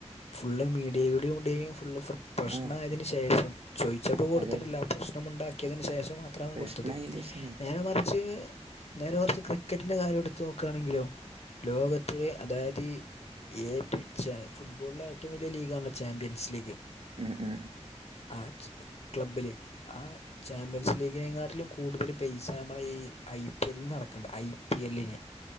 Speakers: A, on the left (about 65°); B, on the right (about 60°).
A: ഫുള്ള് മീഡി <unintelligible> ഫുള്ള് പ്ര പ്രശ്നായതിന്
B: ആഹ്
A: ശേഷം ചോയിച്ചപ്പോ കൊടുത്തിട്ടില്ല
B: അതെ
A: പ്രശ്നമുണ്ടാക്കിയതിന്
B: അതെ
A: ശേഷം മാത്രാണ്
B: പ്രശ്നം
A: കൊടുത്തത്
B: അയിന്റെഷാണ്
A: നേരെ മറിച്ച് നേരെ മറിച്ച് ക്രിക്കറ്റിന്റെ കാര്യം എടുത്തു നോക്കായാണെങ്കിലോ ലോകത്ത് അതായത് ഏ <unintelligible> ഫുട്ബോളിലെ ഏറ്റവും വലിയ ലീഗാണല്ലോ ചാമ്പ്യൻസ് ലീഗ്
B: ഉം ഉം
A: ആ ച്ച് ക്ലബ്ലില് ആ ചാമ്പ്യൻസ് ലീഗിനെങാട്ടിലും കൂടുതൽ പൈസ നമ്മുടെ ഈ ഐ പി എല്ലന് നടക്കുന്നുണ്ട് ഐ പി എല്ലിന്